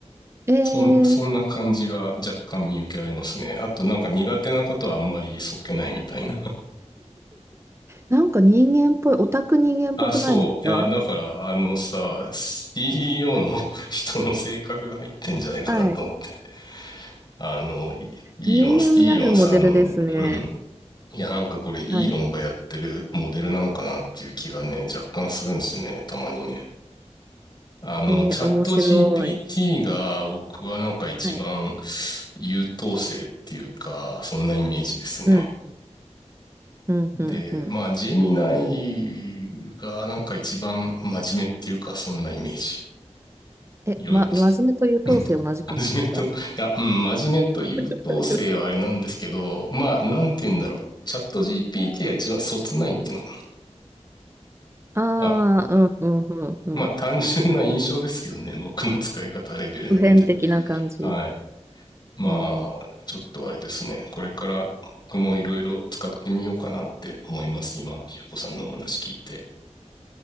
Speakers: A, on the right (about 20°); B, on the left (about 40°).
A: え
B: そん、そんな感じが若干見受けられますね。
A: ー、
B: あとなんか苦手なことはあんまりそっけないみたいな。
A: なんか人間っぽい、オタク人間っぽくないですか
B: あ、そう。いや、だから、あのさ、CEO の <laughs> 人の性格が入ってんじゃないかなと思って。
A: はい。
B: あの、イイーロン、
A: 人間味あるモデルですね。
B: イーロンさんのね、うん。いや、なんかこれ、イーロンがやってるモデルなんかなっていう気がね、
A: はい。
B: 若干するんですね、たまにね。あの、
A: えー、
B: チャット
A: 面白い。
B: GPT が僕はなんか一番
A: はい。
B: 優等生っていうか、そんなイメージですね。
A: うん。うん、
B: で、
A: うん、うん。
B: まあ、ジェミナイがなんか一番真面目っていうか、そんなイメージ。
A: え、
B: いろいろ、
A: ま、真面目と優等生同じくないですか
B: うん <laughs> 真面目と、いや、うん、真面目と優等生はあれなんですけど、
A: <laughs>
B: まあ、なんて言うんだろう。チャット GPT が一番そつないっていうのかな。
A: ああうん、
B: まあ、
A: うん、うん、うん。
B: まあ、単純な印象ですけどね、僕の使い方レベルなんで。
A: 普遍的な感じ。
B: はい。まあ、
A: えー、
B: ちょっとあれですね。これから僕もいろいろ使ってみようかなって思います。今、ゆうこさんのお話聞いて。